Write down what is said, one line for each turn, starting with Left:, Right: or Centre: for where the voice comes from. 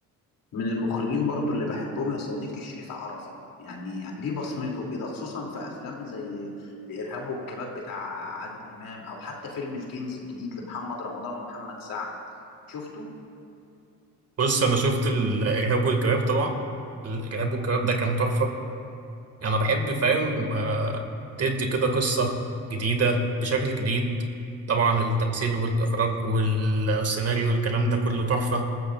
Left: من المخرجين برضو اللي بحبهم يا صديقي شريف عرفة يعني, يعني ليه بصمته كده خصوصا في افلام زي الارهاب والكباب بتاع عادل امام او حتى فيلم الكنز الجديد لمحمد رمضان ومحمد سعد شفته؟
Right: بص أنا شفت الإرهاب والكباب طبعا الإرهاب والكباب ده كان تحفة يعني انا بحب فاهم آه، تدي كده قصة جديدة بشكل جديد طبعا التمثيل والاخراج وال- والسيناريو والكلام ده كله تحفة